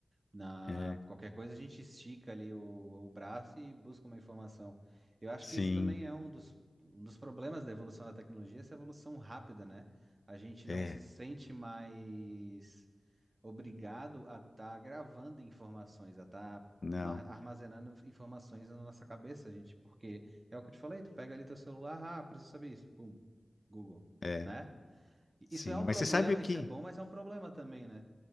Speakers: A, on the right; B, on the left.
A: Na
B: É,
A: qualquer coisa a gente estica ali o, o braço e busca uma informação. Eu acho
B: sim,
A: que isso também é um dos, um dos problemas da evolução da tecnologia, essa evolução rápida, né? A gente
B: é,
A: não se sente mais obrigado a estar gravando informações, a estar
B: não.
A: armazenando informações na nossa cabeça, gente, porque é o que eu te falei, tu pega ali teu celular, ah, preciso saber isso, pum, Google,
B: É,
A: né? Isso
B: sim.
A: é um
B: Mas
A: problema,
B: você sabe o
A: isso
B: que?
A: é bom, mas é um problema também, né?